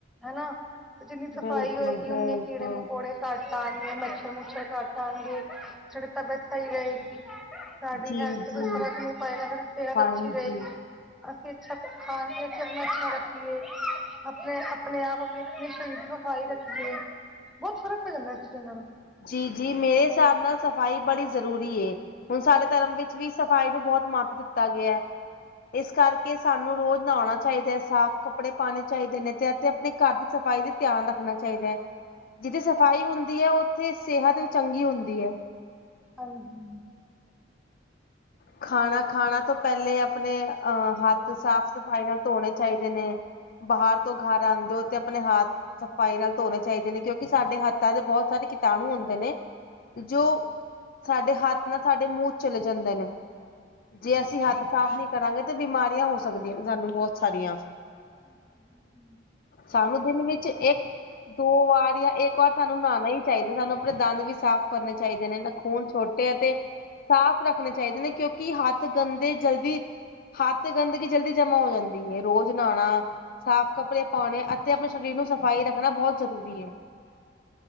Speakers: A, in the centre; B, on the left.
A: ਹਨਾ। ਜਿੰਨੀ ਸਫ਼ਾਈ
B: ਬਿਲਕੁਲ
A: ਹੋਏਗੀ,
B: ਬਿਲਕੁਲ
A: ਉਨੀ ਕੀੜੇ ਮਕੌੜੇ ਘੱਟ ਆਣਗੇ, ਮੱਛਰ- ਮੁੱਛਰ ਘੱਟ ਆਣਗੇ। ਸੋਡੀ ਤਬੀਅਤ ਸਈ ਰਹੇਗੀ। ਸਾਡੀ
B: ਜੀ
A: ਹੈਲਥ ਤੇ
B: ਜੀ
A: ਕੁਛ ਫਰਕ ਨੀ ਪਏਗਾ, ਸਾਡੀ ਸਿਹਤ
B: ਹਾਂਜੀ
A: ਅੱਛੀ ਰਹੇਗੀ। ਅਸੀਂ ਅੱਛਾ ਖਾਣਗੇ। ਆਪਨਾ ਅੱਛਾ ਰੱਖੀਏ, ਆਪਣੇ- ਆਪਣੇ ਆਪ ਆਪਣੀ ਆਪਣੇ ਸਰੀਰ ਦੀ ਸਫ਼ਾਈ ਰੱਖੀਏ। ਬਹੁਤ ਫਰਕ ਪੈ ਜਾਂਦਾ, ਇਸ ਚੀਜ਼ ਨਾਲ।
B: ਜੀ- ਜੀ, ਮੇਰੇ ਹਿਸਾਬ ਨਾਲ ਸਫ਼ਾਈ ਬੜੀ ਜ਼ਰੂਰੀ ਏ। ਹੁਣ ਸਾਡੇ ਧਰਮ ਵਿੱਚ ਵੀ ਸਫ਼ਾਈ ਨੂੰ ਬਹੁਤ ਮਹੱਤ ਦਿੱਤਾ ਗਿਆ। ਇਸ ਕਰਕੇ ਸਾਨੂੰ ਰੋਜ਼ ਨਹਾਣਾ ਚਾਹੀਦਾ, ਸਾਫ਼ ਕੱਪੜੇ ਪਾਣੇ ਚਾਹੀਦੇ ਨੇ, ਤੇ ਅਤੇ ਆਪਣੇ ਘਰ ਦੀ ਸਫ਼ਾਈ ਦੇ ਧਿਆਨ ਰੱਖਣਾ ਚਾਹੀਦਾ ਐ, ਜਿੱਥੇ ਸਫ਼ਾਈ ਹੁੰਦੀ ਐ, ਉੱਥੇ ਸਿਹਤ ਚੰਗੀ ਹੁੰਦੀ ਐ।
A: ਹਾਂਜੀ।
B: ਖਾਣਾ ਖਾਣਾ ਤੋਂ ਪਹਿਲੇ ਆਪਣੇ ਅਹ ਹੱਥ ਸਾਫ਼ ਸਫ਼ਾਈ ਨਾਲ ਧੋਣੇ ਚਾਹੀਦੇ ਨੇ, ਬਾਹਰ ਤੋਂ ਘਰ ਆਂਦੇ ਹੋ, ਤੇ ਆਪਣੇ ਹੱਥ ਸਫ਼ਾਈ ਨਾਲ ਧੋਣੇ ਚਾਹੀਦੇ ਨੇ ਕਿਉਂਕਿ ਸਾਡੇ ਹੱਥਾਂ ਦੇ ਬਹੁਤ ਸਾਰੇ ਕੀਟਾਣੂ ਹੁੰਦੇ ਨੇ ਜੋ ਸਾਡੇ ਹੱਥ ਨਾਲ, ਸਾਡੇ ਮੂੰਹ ਚਲੇ ਜਾਂਦੇ ਨੇ। ਜੇ, ਅਸੀਂ ਹੱਥ ਸਾਫ਼ ਨਹੀਂ ਕਰਾਂਗੇ ਤੇ ਬਿਮਾਰੀਆਂ ਹੋ ਸਕਦੀਆਂ ਸਾਨੂੰ ਬਹੁਤ ਸਾਰੀਆਂ।
A: ਹਮ। <unintelligible>
B: ਸਾਨੂੰ ਦਿਨ ਵਿੱਚ ਇੱਕ ਦੋ ਵਾਰ ਜਾਂ ਇੱਕ ਵਾਰ ਸਾਨੂੰ ਨਹਾਉਣਾ ਹੀ ਚਾਹੀਦਾ, ਸਾਨੂੰ ਆਪਣੇ ਦੰਦ ਵੀ ਸਾਫ਼ ਕਰਨੇ ਚਾਹੀਦੇ ਨੇ ਨਖੂਨ ਛੋਟੇ ਐ ਤੇ ਸਾਫ਼ ਰੱਖਣੇ ਚਾਹੀਦੇ ਨੇ ਕਿ ਹੱਥ ਗੰਦੇ ਜਲਦੀ, ਹੱਥ ਗੰਦਗੀ ਜਲਦੀ ਜਮਾ ਹੋ ਜਾਂਦੇ ਰੋਜ਼ ਨਹਾਣਾ, ਸਾਫ਼ ਕੱਪੜੇ ਪਾਉਣੇ ਅਤੇ ਆਪਣੇ ਸਰੀਰ ਨੂੰ ਸਫ਼ਾਈ ਰੱਖਣਾ ਬਹੁਤ ਜ਼ਰੂਰੀ ਹੈ।